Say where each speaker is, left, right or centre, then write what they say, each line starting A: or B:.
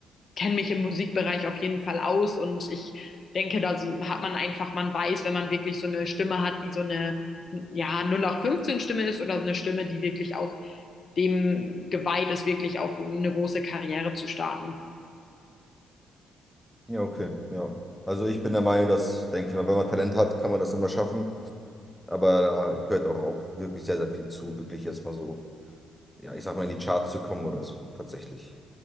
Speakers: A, on the left (about 45°); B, in the centre.
A: kenne mich im Musikbereich auf jeden Fall aus und ich denke, da so- hat man einfach, man weiß, wenn man wirklich so eine Stimme hat, die so eine, ja, null acht fünfzehn stimme ist oder so eine Stimme, die wirklich auch dem geweiht ist, wirklich auch um eine große Karriere zu starten.
B: Ja, okay, ja. Also ich bin der Meinung, dass, denke ich mal, wenn man Talent hat, kann man das immer schaffen. Aber da gehört auch, auch wirklich sehr, sehr viel zu, wirklich erstmal so ja, ich sag mal, in die Charts zu kommen oder so, tatsächlich.